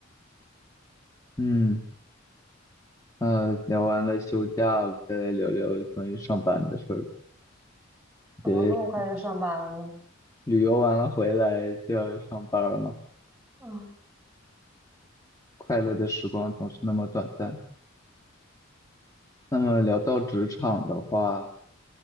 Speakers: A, on the left; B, in the centre.
A: 嗯。呃，聊完了休假，再来聊聊关于上班的事儿。
B: 怎么这么快就上班了呢？
A: 这旅游完了回来就要上班儿了，
B: 嗯，
A: 快乐的时光总是那么短暂。那么聊到职场的话，